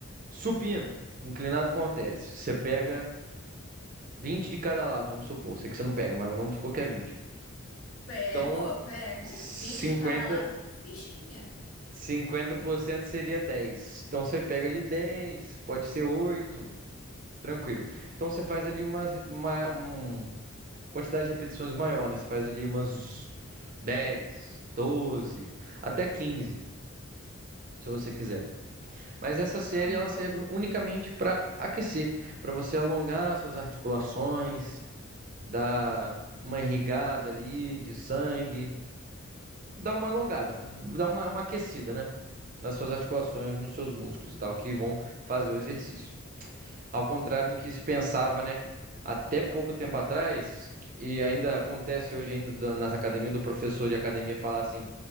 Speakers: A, on the right (about 40°); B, on the left (about 80°).
A: supino, inclinado com halteres, você pega 20 de cada lado, vamos supor, sei que você não pega, mas vamos supor que é 20.
B: Pego,
A: Então
B: eu pego,
A: 50
B: 20 de cada lado, que fichinha.
A: 50% seria dez, Então você pega ali 10, pode ser 8, tranquilo. Então você faz ali umas, uma, um- quantidade de repetições maior, né? Você faz ali umas 10, 12, até 15, se você quiser. Mas essa série
B: Aham.
A: ela serve unicamente para aquecer, para você alongar suas articulações, dar uma irrigada ali de sangue, dá uma alongada, dá uma, uma aquecida, né? Nas suas articulações, nos seus músculos e tal, que vão fazer o exercício. Ao contrário do que se pensava, né? Até pouco tempo atrás, e ainda acontece hoje ainda da- nas academias, do professor de academia falar assim,